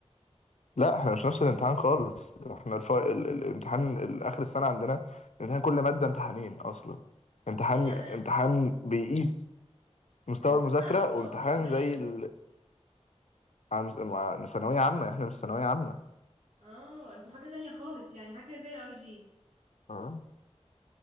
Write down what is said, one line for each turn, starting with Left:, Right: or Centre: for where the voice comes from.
Left: لا احنا مش نفس الامتحان خالص احنا الف... ال... ال- الامتحان ال- اخر السنه عندنا امتحان كل ماده امتحانين اصلا امتحان
Right: ايه ده انا
Left: امتحان بيقيس مستوى
Right: انا فاكره
Left: المذاكره
Right: على مستوى
Left: وامتحان
Right: الجمهوريه
Left: زي ال... عن- مع- ثانويه عامه احنا مش ثانويه عامه
Right: اه انتوا حاجه تانية خالص يعني حاجه زي اي جي
Left: اه